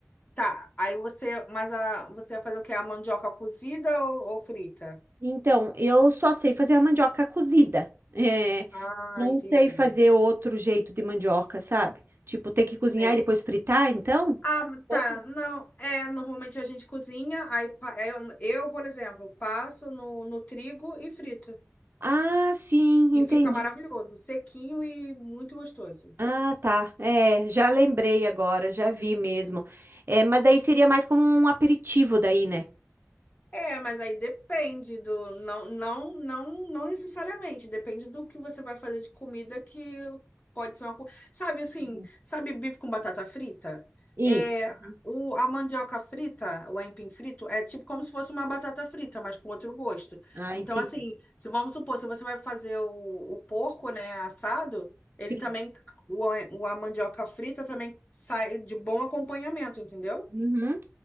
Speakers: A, on the left (about 30°); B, on the right (about 50°).
A: tá. Aí você. Mas a, você vai fazer o quê? A mandioca cozida ou, ou frita?
B: Então, eu só sei fazer a mandioca cozida. É,
A: Ah,
B: não
A: entendi.
B: sei fazer outro jeito de mandioca, sabe? Tipo, tem que cozinhar
A: Sei.
B: e depois fritar, então?
A: Ah,
B: Você?
A: tá. Não, é, normalmente a gente cozinha, aí pa- é, eu, eu, por exemplo, passo no, no trigo e frito.
B: Ah, sim,
A: E
B: entendi.
A: fica maravilhoso, sequinho e muito gostoso.
B: Ah, tá. É, já lembrei agora, já vi mesmo. É, mas aí seria mais como um aperitivo daí, né?
A: É, mas aí depende do. Não, não, não, não necessariamente. Depende do que você vai fazer de comida que pode ser uma. co- Sabe assim,
B: Uhum.
A: sabe bife com batata frita?
B: Isso.
A: É,
B: Uhum.
A: o, a mandioca frita, o aipim frito, é tipo como se fosse uma batata frita, mas com outro gosto.
B: Ah,
A: Então,
B: entendi.
A: assim, se vamos supor, se você vai fazer o, o porco, né, assado, ele
B: Sim.
A: também. O, a- o, a mandioca frita também sai de bom acompanhamento, entendeu?
B: Uhum.